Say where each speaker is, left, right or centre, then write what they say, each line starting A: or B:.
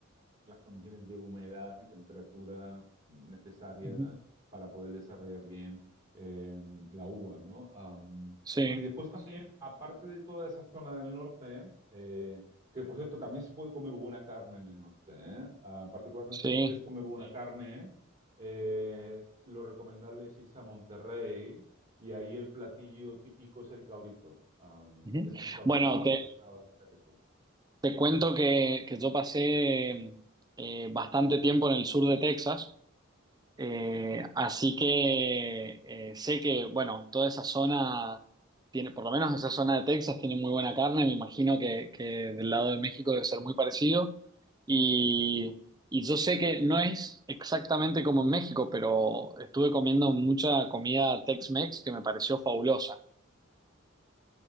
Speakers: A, on the right; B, on the right.
A: las condiciones de humedad y temperatura necesarias
B: Ujú.
A: para poder desarrollar bien eh, la uva, ¿no? Am,
B: Sí,
A: y después Sí. también, aparte de toda esa zona del norte, eh, que por cierto, también se puede comer buena carne en el norte, ¿eh? Ah, particularmente
B: sí.
A: si quieres comer buena Sí. carne, eh, lo recomendable es irse a Monterrey y ahí el platillo típico es el cabrito. Am,
B: Ujú.
A: y hace un cabrito
B: Bueno,
A: El asado
B: te,
A: que está bastante rico.
B: te cuento que, que yo pasé eh, bastante tiempo en el sur de Texas. Eh, así que eh, sé que, bueno, toda esa zona tiene, por lo menos esa zona de Texas tiene muy buena carne, me imagino que, que del lado de México debe ser muy parecido. Y, y yo sé que no es exactamente como en México, pero estuve comiendo mucha comida Tex-Mex que me pareció fabulosa.